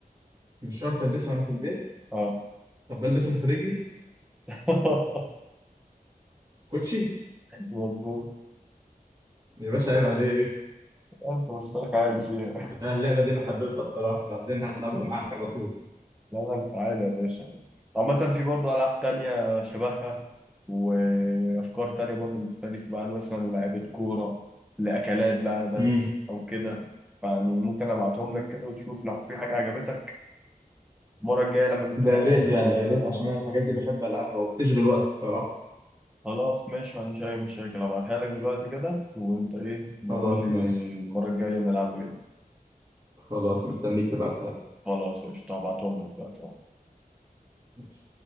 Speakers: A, on the right; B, in the centre.
A: مش شرط البسها وانا في البيت
B: أه
A: طب بلبسها في رجلي
B: <laughs>
A: كوتشي
B: مظبوط
A: يا باشا عيب عليك
B: انت مستواك عالي فيها
A: لا، اللعبه دي انا حابسها الصراحه بعدين هلعبها معاك على طول
B: لا لا انت عالي يا باشا عامة في برضه ألعاب تانية شبهها وأفكار تانية برضه مختلفة بقى مثلا لعيبة كورة لأكلات بقى بس
A: امم
B: أو كده فيعني ممكن أبعتهم لك كده وتشوف لو في حاجة عجبتك المرة الجاية لما نتقابل
A: ده يا ريت يعني
B: آه،
A: يا ريت عشان انا الحاجات دي بحب العبها وبتشغل وقت الصراحه
B: خلاص ماشي ما عنديش أي مشاكل أبعتها لك دلوقتي كده وأنت إيه بقول
A: خلاص
B: لي
A: ماشي
B: المرة الجاية نلعب إيه
A: خلاص مستنيك تبعتها لي
B: خلاص قشطة هبعتهم لك دلوقتي أهو.
A: ماشي.